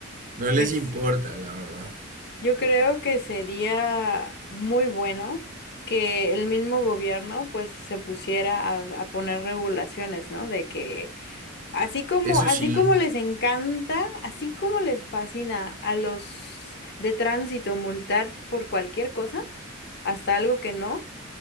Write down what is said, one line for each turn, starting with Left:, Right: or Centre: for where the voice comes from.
Right: no les
Left: Pues
Right: importa,
Left: sí,
Right: la verdad.
Left: yo creo que sería muy bueno que el mismo gobierno pues se pusiera a, a poner regulaciones, ¿no? De que Así como,
Right: Eso
Left: así
Right: sí.
Left: como les encanta, así como les fascina a los de tránsito multar por cualquier cosa, hasta algo que no,